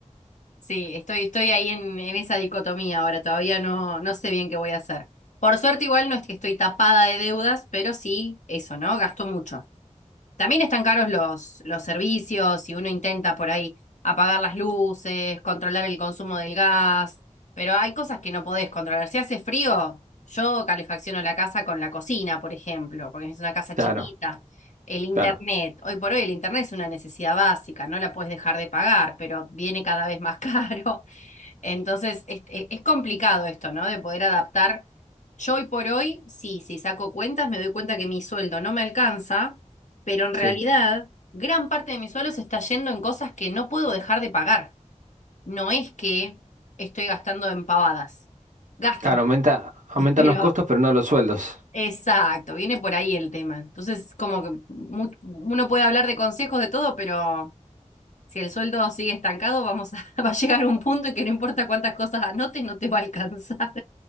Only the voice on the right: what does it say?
Claro,
claro,
sí.
Claro, aumenta,
aumentan
los costos, pero no los sueldos.